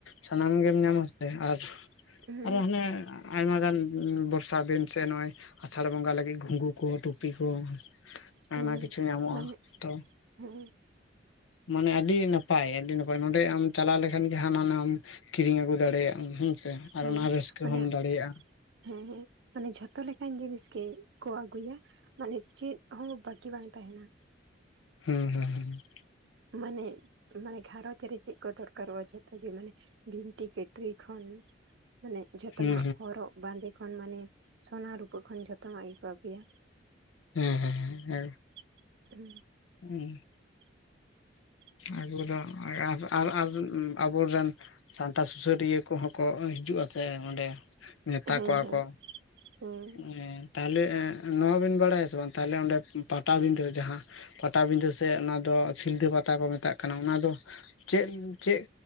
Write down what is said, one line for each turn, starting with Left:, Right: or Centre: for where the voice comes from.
Left: ᱥᱟᱱᱟᱢ ᱜᱮᱢ ᱧᱟᱢᱟ ᱥᱮ ᱟᱨᱼᱼ
Right: ᱦᱮᱸ ᱦᱮᱸ
Left: ᱟᱨᱚ ᱦᱟᱱᱮ ᱟᱭᱢᱟ ᱜᱟᱱ ᱵᱚᱨᱥᱟ ᱫᱤᱱ ᱥᱮ ᱱᱚᱜᱼᱚᱭᱼᱼ ᱟᱥᱟᱲ ᱵᱚᱸᱜᱟ ᱞᱟᱹᱜᱤᱜ ᱜᱷᱩᱸᱜᱩ ᱠᱚ ᱴᱩᱯᱤ ᱠᱚ᱾ ᱟᱭᱢᱟ
Right: ᱦᱮᱸ
Left: ᱠᱤᱪᱷᱩ
Right: ᱦᱮᱸ
Left: ᱧᱟᱢᱚᱜᱼᱟ
Right: ᱢᱟᱱᱮ
Left: ᱛᱚᱼᱼ
Right: ᱦᱮᱸ
Left: ᱢᱟᱱᱮ ᱟᱹᱰᱤ ᱱᱟᱯᱟᱭ, ᱟᱹᱰᱤ ᱱᱟᱯᱟᱭ ᱱᱚᱸᱰᱮ ᱟᱢ ᱪᱟᱞᱟᱣ ᱞᱮᱠᱷᱟᱱ ᱜᱮ, ᱦᱟᱱᱟ ᱱᱷᱟᱣᱟᱢᱼᱼ ᱠᱤᱨᱤᱧ ᱟᱹᱜᱩ ᱫᱟᱲᱮᱭᱟᱜ ᱟᱢ ᱦᱮᱸᱥᱮ
Right: ᱦᱮᱸ
Left: ᱟᱨ ᱚᱱᱟ ᱨᱟᱹᱥᱠᱟᱹ
Right: ᱢᱟᱱᱮ
Left: ᱦᱚᱢ ᱫᱟᱲᱮᱭᱟᱜᱼᱟ᱾
Right: ᱦᱮᱸ ᱦᱮᱸ ᱢᱟᱱᱮ ᱡᱷᱚᱛᱚ ᱞᱮᱠᱟᱱ ᱡᱤᱱᱤᱥ ᱜᱮᱠᱚ ᱟᱹᱜᱩᱭᱟ? ᱢᱟᱱᱮ ᱪᱮᱫ ᱦᱚᱸ ᱵᱟᱹᱠᱤ ᱵᱟᱝ ᱛᱟᱦᱮᱸᱱᱟ᱾
Left: ᱦᱩᱸ ᱦᱩᱸ ᱦᱩᱸ ᱾
Right: ᱢᱟᱱᱮ, ᱢᱟᱱᱮ ᱜᱷᱟᱨᱚᱡᱽ ᱨᱮ ᱪᱮᱫ ᱠᱚ ᱫᱚᱨᱠᱟᱨᱚᱜᱼᱟ ᱡᱷᱚᱛᱚ ᱜᱮ, ᱢᱟᱱᱮᱼᱼ ᱵᱷᱤᱱᱴᱤ ᱠᱟᱹᱴᱨᱤ ᱠᱷᱚᱱ ᱢᱟᱱᱮ ᱡᱚᱛᱚᱱᱟᱼᱜ,
Left: ᱦᱩᱸ
Right: ᱦᱚᱨᱚᱜᱼᱼ ᱵᱟᱸᱫᱮ ᱠᱷᱚᱱ ᱢᱟᱱᱮ ᱥᱚᱱᱟ ᱨᱩᱯᱟᱹ ᱠᱷᱚᱱ ᱡᱷᱚᱛᱚᱱᱟᱜ ᱜᱮᱠᱚ ᱟᱹᱜᱩᱭᱟ᱾
Left: ᱦᱮᱸ ᱦᱮᱸ ᱦᱮᱸ
Right: <unintelligible>
Left: ᱾
Right: ᱩᱸ᱾
Left: <unintelligible> ᱮᱸ᱾
Right: <inaudible>
Left: ᱟᱵᱚ ᱫᱚ, <unintelligible> ᱟᱵᱚᱨᱮᱱ ᱥᱟᱱᱛᱟ ᱥᱩᱥᱟᱹᱨᱤᱭᱟᱹ ᱠᱚᱦᱚᱸ ᱠᱚ ᱦᱤᱡᱩᱜᱼᱟ ᱥᱮ ᱚᱸᱰᱮ᱾ ᱱᱮᱛᱟ
Right: ᱦᱮᱸ
Left: ᱠᱚᱣᱟ
Right: ᱦᱮᱸ
Left: ᱠᱚ
Right: ᱦᱮᱸ
Left: ᱮᱸ᱾ ᱛᱟᱦᱞᱮ ᱱᱚᱣᱟ ᱵᱤᱱ ᱵᱟᱲᱟᱭᱟ ᱥᱮ ᱵᱟᱝ ᱛᱟᱦᱞᱮ ᱚᱸᱰᱮ ᱯᱟᱴᱟ ᱵᱤᱸᱫᱟᱹ ᱡᱟᱦᱟᱸᱼᱼ ᱯᱟᱴᱟ ᱵᱤᱸᱫᱟᱹ ᱥᱮ ᱚᱱᱟ ᱫᱚ ᱥᱤᱞᱫᱟᱹ ᱯᱟᱛᱟ ᱠᱚ ᱢᱮᱛᱟᱜ ᱠᱟᱱᱟ ᱚᱱᱟ ᱫᱚᱼᱼ ᱪᱮᱜ, ᱪᱮᱜ